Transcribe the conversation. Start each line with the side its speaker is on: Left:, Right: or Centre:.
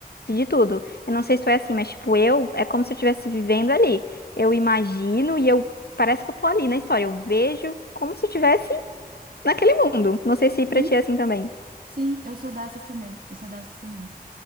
Left: de tudo. Eu não sei se tu é assim, mas, tipo, eu. É como se eu estivesse vivendo ali. Eu imagino e eu. Parece que eu tô ali na história. Eu vejo como se eu estivesse naquele mundo. Não sei se pra
Right: Sim,
Left: ti é assim também.
Right: sim, eu sou dessas também. Eu sou dessas também.